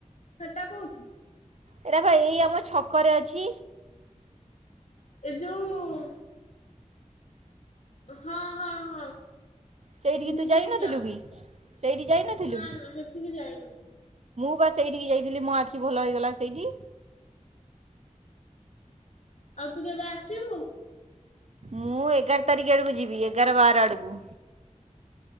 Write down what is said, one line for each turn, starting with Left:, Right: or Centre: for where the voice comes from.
Left: ସେଟା କୋଉଁଠି?
Right: ଏଇଟା ବା ଏଇ ଆମ ଛକରେ ଅଛି
Left: ଏ ଯୋଉଁ ହଁ ହଁ ହଁ।
Right: ସେଇଠିକି
Left: ଭୂମିକା
Right: ତୁ ଯାଇନଥିଲୁ
Left: ନା
Right: କି ସେଇଠି ଯାଇନଥିଲୁ
Left: ନା ସେଠିକି ଯାଇନଥିଲି।
Right: ମୁଁ ବା ସେଇଠିକି ଯାଇଥିଲି ମୋ ଆଖି ଭଲ ହେଇଗଲା ସେଇଠି।
Left: ଆଉ ତୁ କେବେ ଆସିବୁ?
Right: ମୁଁ ଏଗାର ତାରିଖ ଆଡ଼କୁ ଯିବି ଏଗାର ବାର ଆଡ଼କୁ।